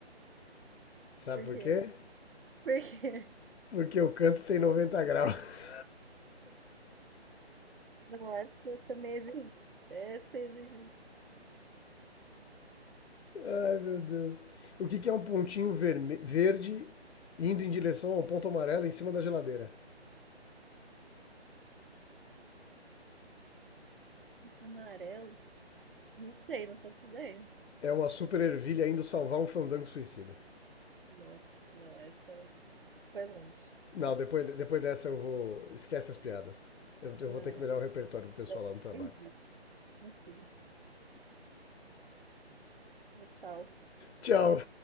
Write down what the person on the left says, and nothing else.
Sabe
por
quê?
Porque o canto tem 90 graus.
<laughs> Ai, meu Deus. O que que é um pontinho verme- verde indo em direção a um ponto amarelo em cima da geladeira?
É uma super ervilha indo salvar um fandango suicida.
Não, depois, depois dessa eu vou. Esquece as piadas. Eu, eu
vou ter que
melhorar o repertório pro pessoal
lá no trabalho.
Tchau!